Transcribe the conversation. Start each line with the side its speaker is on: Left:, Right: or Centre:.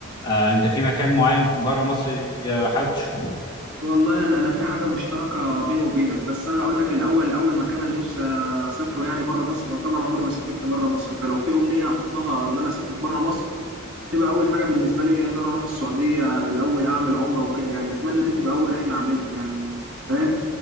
Left: آه، انت في مكان معين بره مصر آه، حابب تشوفه
Right: والله انا أنا في حاجه مشتركه بيني وبينك بس انا هقول لك الاول اول مكان انا نفسي اسافره يعني بره مصر انا طبعا عمري ما سافرت بره مصر فلو في امنيه هحطها ان انا اسافر بره مصر هتبقى اول حاجه بالنسبه لي ان انا اروح السعوديه الاول اعمل عمره وكده يعني اتمنى دي تبقى اول رحله اعملها يعني أنت فاهم